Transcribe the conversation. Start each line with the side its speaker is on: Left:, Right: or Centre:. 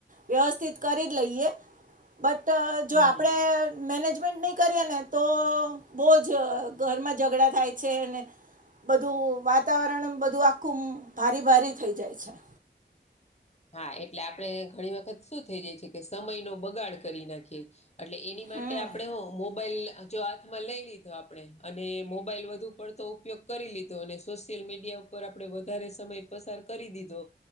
Right: વ્યવસ્થિત કરી જ લઈએ બટ જો
Left: હમ
Right: આપણેે. મેનેજમેન્ટ નહીં કરીએ ને તો બહુ જ ઘરમાં ઝઘડા થાય છે ને. બધું વાતાવરણ બધું આખું ભારે ભારી થઈ જાય છે.
Left: હા એટલે આપણે ઘણી વખત શું થઈ જાય છે કે સમય નો બગાડ કરી નાખીએ. એટલે એની માટે
Right: હમ
Left: આપડે એવો મોબાઈલ. જો હાથમાં લઈ લીધો આપણે અને મોબાઈલ વધુ પડતો ઉપયોગ કરી લીધો અને સોશિયલ મીડિયા. ઉપર આપડે વધારે સમય પસાર કરી દીધો